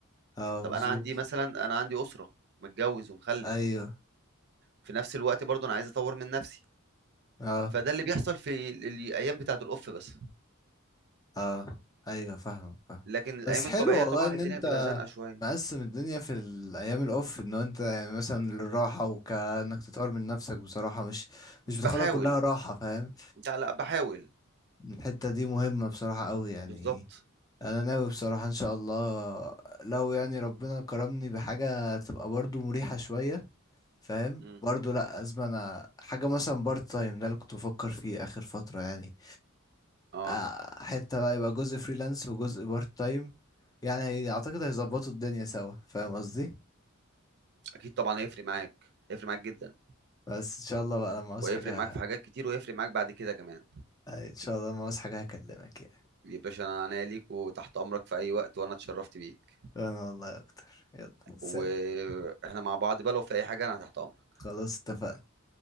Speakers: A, on the left; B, on the right.
A: اه
B: طب
A: مظبوط
B: انا عندي مثلا انا عندي اسره متجوز ومخلف
A: ايوه
B: في نفس الوقت برضه انا عايز اطور من نفسي
A: اه
B: فده اللي بيحصل في ال- الايام بتاعه الاوف بس
A: اه ايوه فاهمك فاهم
B: لكن الايام
A: بس حلو
B: الطبيعيه
A: والله
B: طبعا
A: ان
B: الدنيا
A: انت
B: بتبقى زنقه شويه
A: مقسم الدنيا في الايام الاوف ان انت يعني مثلا للراحه وكانك تطور من نفسك بصراحه مش
B: بحاول
A: مش بتاخدها كلها راحه فاهم
B: لا لا بحاول
A: الحته دي مهمه بصراحه قوي يعني
B: بالظبط
A: انا ناوي بصراحه ان شاء الله لو يعني ربنا كرمني بحاجه تبقى برضو مريحه شويه فاهم
B: مم.
A: برضو لا ازمه انا حاجه مثلا بارت تايم ده اللي كنت بفكر فيه اخر فتره يعني
B: اه
A: آه، حتة بقى يبقى جزء فريلانس وجزء بارت تايم يعني هي اعتقد هيظبطوا الدنيا سوا فاهم قصدي
B: اكيد طبعا هيفرق معاك هيفرق معاك جدا
A: بس ان شاء الله بقى لما عاوز
B: وهيفرق
A: حاجة
B: معاك في حاجات كتير وهيفرق معاك بعد كده كمان
A: آه، ان شاء الله لما عاوز حاجة هكلمك يعني
B: يا باشا انا عناية ليك وتحت امرك في اي وقت وانا اتشرفت بيك
A: انا والله اكتر يلا سلام
B: واحنا مع بعض بقى لو في اي حاجه انا تحت امرك
A: خلاص اتفقنا